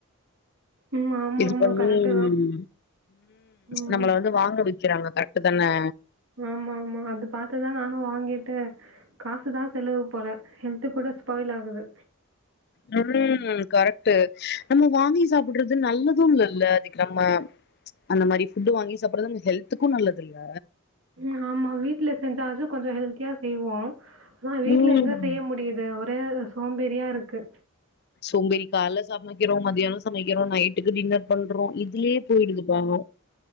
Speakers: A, on the right; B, on the left.
A: ம் ஆமா
B: இது
A: ஆமா
B: பண்ணி
A: கரெக்ட்டு
B: உம்
A: தான். ம்.
B: நம்மள வந்து வாங்க வெ க்கிறாங்க கரெக்ட் தானே
A: ஆமா ஆமா அது பாத்துதா நானும் வாங்கிட்டு காசுதா செலவு போல ஹெல்து கூட ஸ்பாயில் ஆகுது
B: ஹம் கரெக்ட்ட் நம்ம வாங்கி சாப்டுறது நல்லதும் இல்ல அதிகமா அந்த மாரி ஃபுட்டு வாங்கி சாப்டுறது நம்ம ஹெல்த்துக்கும் நல்லது இல்ல
A: உம் ஆமா வீட்டுல செஞ்சா அது கொஞ்சோ ஹெல்த்தியா செய்வோ அதா வீட்டுல
B: ம்
A: எங்க செய்ய முடியுது ஒ ரே சோம்பேறியா இருக்கு
B: சோம்பேறி கால்ல சமைக்கிறோ மதியானம் சமைக்கிறோ நைட்டுக்கு டின்னர் பண்றோ இதுலியே போயிடுது பவோம்